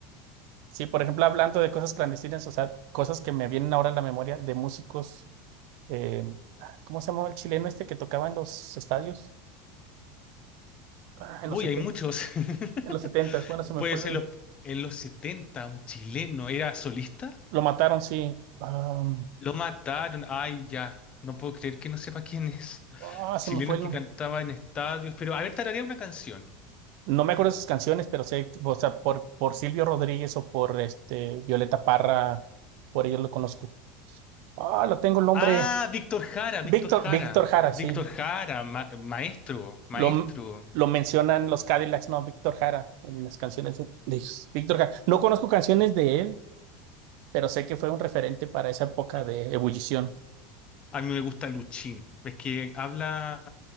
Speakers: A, on the right; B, on the left.
A: Sí, por ejemplo, hablando de cosas clandestinas, o sea, cosas que me vienen ahora a la memoria de músicos, eh, ¿cómo se llamaba el chileno este que tocaba en los estadios? Ah, en
B: Uy,
A: los 70,
B: hay muchos. <laughs>
A: en los setentas, bueno, se me
B: Puede
A: fue
B: ser
A: el...
B: los, en los 70 un chileno, ¿era solista?
A: Lo mataron, sí. Ah,
B: Lo mataron, ay, ya. No puedo creer que no sepa quién es.
A: ah, se
B: Chilenos
A: me fue el...
B: que cantaba en estadios. Pero a ver, tararea una canción.
A: No me acuerdo sus canciones, pero sé, o sea, por, por Silvio Rodríguez o por este Violeta Parra, por ellos lo conozco. Ah, lo tengo el nombre.
B: Ah, Víctor Jara,
A: Víctor,
B: Víctor Jara.
A: Víctor Jara, sí.
B: Víctor Jara, ma- maestro, maestro.
A: Lo, lo mencionan los Cadillacs, no, Víctor Jara, en las canciones de, de ellos. Víctor Jara. No conozco canciones de él, pero sé que fue un referente para esa época
B: A,
A: de ebullición.
B: a mí me gusta Luchín. Es que habla.